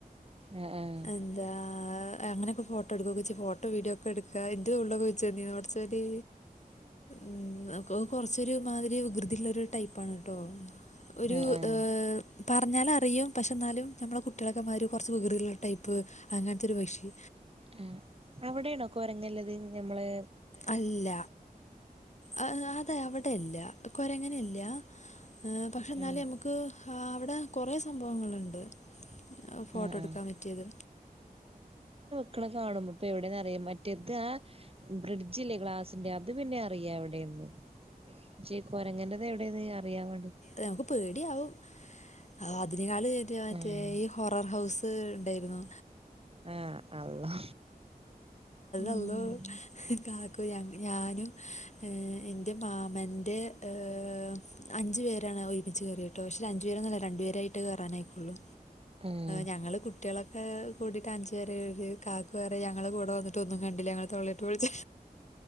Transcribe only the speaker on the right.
ആഹ് ആഹ്
ആഹ് ആഹ്
ആ അവടെണോ കൊരങ്ല്ലത് ഞമ്മളെ
ആഹ്
ആഹ് ആഹ്
ക്കളെ കാണുമ്പോ പ്പൊ എവടെന്ന് അറിയാൻ മറ്റെ താ ബ്രിഡ്ജില്ലേ ഗ്ലാസിന്റെ അത് പിന്നെ അറിയാ എവടെന്ന് പക്ഷേ കൊരങ്ങന്റത് എവടെന്ന് അറിയാൻ വാണ്ടി
ആഹ്
ആ അള്ളാ ഉം
ആഹ്